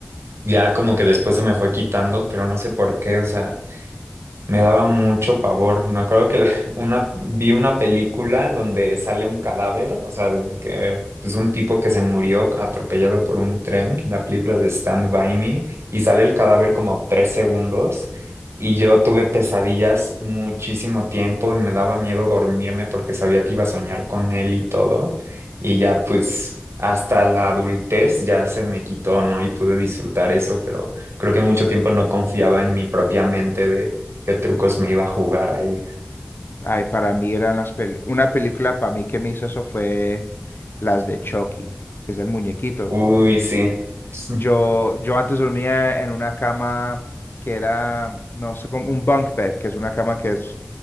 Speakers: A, on the right (about 80°); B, on the left (about 55°).
A: ya como que después se me fue quitando, pero no sé por qué, o sea. Me daba mucho pavor. Me acuerdo que la- <laughs> una, vi una película donde sale un cadáver, o sea, que pues un tipo que se murió atropellado por un tren, la película de Stand By Me, y sale el cadáver como tres segundos. Y yo tuve pesadillas muchísimo tiempo y me daba miedo dormirme porque sabía que iba a soñar con él y todo. Y ya pues hasta la adultez ya se me quitó, ¿no? Y pude disfrutar eso, pero creo que mucho tiempo no confiaba en mi propia mente qué trucos me iba a jugar ahí.
B: Ay, para mí eran las peli- una película para mí que me hizo eso fue las de Chucky, que es el muñequito.
A: Uy, sí. <laughs>
B: Yo, yo antes dormía en una cama que era, no sé, como un bunk bed, que es una cama que es